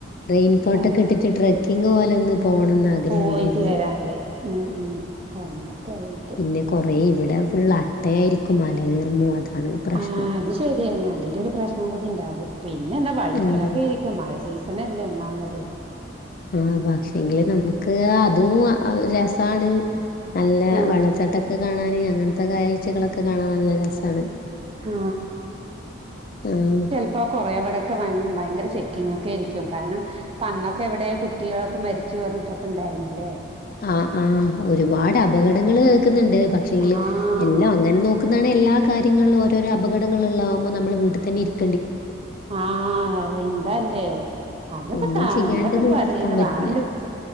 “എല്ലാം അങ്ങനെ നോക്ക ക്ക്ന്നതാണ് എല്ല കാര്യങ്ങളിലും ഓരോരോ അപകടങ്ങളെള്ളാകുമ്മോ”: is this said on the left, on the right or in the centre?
Left